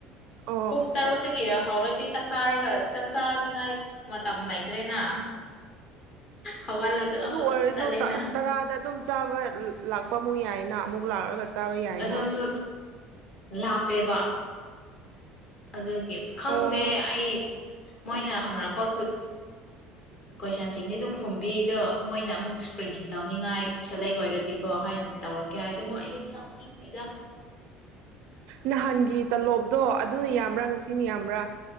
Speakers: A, on the right; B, on the left.
A: ꯑꯣ
B: ꯄꯨꯡ ꯇꯥꯔꯣꯛꯇꯒꯤ ꯍꯧꯎꯔꯗꯤ ꯆꯥꯛ ꯆꯥꯔꯒ ꯆꯥꯛ ꯆꯥꯅꯤꯉꯥꯏ ꯃꯇꯝ ꯂꯩꯇ꯭ꯔꯦꯅ ꯍꯧꯒꯠꯂꯒ
A: ꯑꯗꯨ
B: ꯑꯗꯨꯝ
A: ꯑꯣꯏꯔꯁꯨ
B: ꯆꯠꯂꯦꯅ
A: ꯇꯔꯥꯗ ꯑꯗꯨꯝ ꯆꯥꯕ ꯂꯥꯛꯄ ꯑꯃꯨꯛ ꯌꯥꯏꯅ ꯑꯃꯨꯛ ꯂꯥꯛꯑꯒ ꯆꯥꯕ ꯌꯥꯏꯅ
B: ꯑꯗꯨꯁꯨ ꯂꯥꯞꯄꯦꯕ ꯑꯗꯨꯒꯤ ꯈꯪꯗꯦ
A: ꯑꯣ
B: ꯑꯩ ꯃꯣꯏꯅ ꯍꯪꯉꯛꯄ ꯀꯣꯏꯁꯟꯁꯤꯡꯗꯤ ꯑꯗꯨꯝ ꯈꯨꯝꯕꯤꯗꯣ ꯃꯣꯏꯅ ꯑꯃꯨꯛ ꯁꯀ꯭ꯔꯤꯅꯤꯡ ꯇꯧꯅꯤꯡꯉꯥꯏ ꯁꯦꯂꯦꯛ ꯑꯣꯏꯔꯗꯤꯀꯣ ꯍꯥꯏꯅ ꯇꯧꯔꯛꯀꯦ ꯍꯥꯏ ꯑꯗꯨꯕꯨ
A: ꯎꯝ
B: ꯑꯩ ꯌꯥꯎꯅꯤꯡꯗꯦꯗ
A: ꯅꯍꯥꯟꯒꯤ ꯇꯂꯣꯞ ꯇꯣ ꯑꯗꯨꯅ ꯌꯥꯝꯕ꯭ꯔꯥ ꯉꯁꯤꯅ ꯌꯥꯝꯕ꯭ꯔꯥ